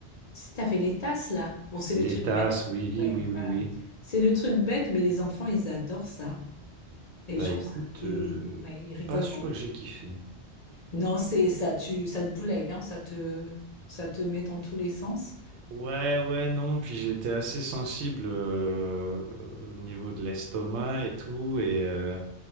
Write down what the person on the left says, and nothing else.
Tu sais, t'avais les tasses, là. Bon, c'est le
truc
bête. hein.
Ouais,
voilà.
C'est le truc bête, mais les enfants, ils adorent ça. Et
je trouve
ça, ils,
ouais, ils rigolent.
grand.
Non, c'est ça, tu, ça te boulegue, hein, ça te, ça te met dans tous les sens.